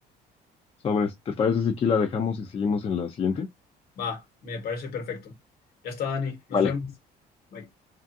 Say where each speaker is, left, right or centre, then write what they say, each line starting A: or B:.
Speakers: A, on the left (about 35°); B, on the left (about 65°).
A: Sobres, ¿te parece si aquí la dejamos y seguimos en la siguiente?
B: Va, me parece perfecto. Ya está, Dani, nos
A: vale
B: vemos. Bye.